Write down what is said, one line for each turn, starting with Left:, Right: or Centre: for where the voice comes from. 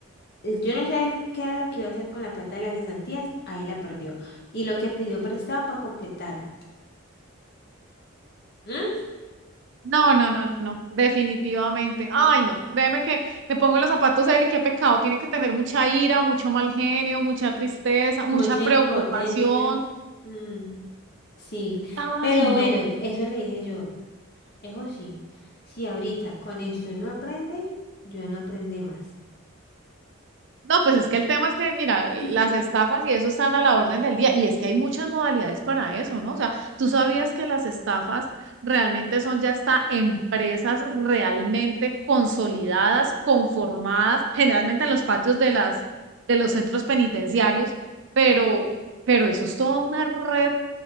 Left: Eh, Yo no sé él qué era lo que iba a hacer con la plata de las cesantías, ahí la perdió. Y lo que pidió prestado para completar. ¿Mm?
Right: No, no, no, no, no, definitivamente. Ay, no, créeme que me pongo en los zapatos de él y qué pecado. Tiene que tener mucha ira, mucho mal genio, mucha tristeza, mucha
Left: Mucha
Right: preocupación.
Left: impotencia. Mm, sí,
Right: Ay,
Left: pero
Right: no.
Left: bueno, eso le dije yo. Eso sí, si ahorita con esto no aprende, yo no aprendí más.
Right: No, pues es que el tema es que, mira,
Left: <clears throat>
Right: las estafas y eso están a la orden del día y es que hay muchas modalidades para eso, ¿no? O sea, tú sabías que las estafas realmente son ya hasta empresas realmente consolidadas, conformadas, generalmente en los patios de las de los centros penitenciarios, pero pero eso es toda una red